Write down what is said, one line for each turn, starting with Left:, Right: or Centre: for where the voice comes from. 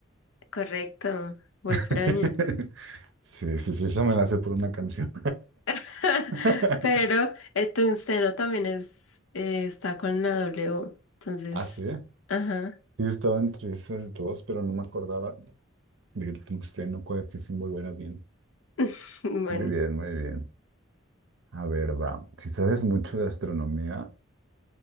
Left: Correcto. Wolframio.
Right: <laughs> Sí, sí, sí, eso me la sé por una canción.
Left: <laughs>
Right: <laughs>
Left: Pero el tungsteno también es, eh, está con la W. Entonces,
Right: Ah, sí.
Left: ajá.
Right: Sí, estaba entre esas dos, pero no me acordaba del tungsteno, cuál qué símbolo era bien.
Left: <laughs> Bueno,
Right: Muy bien, muy bien. A ver, va. Si sabes mucho de astronomía,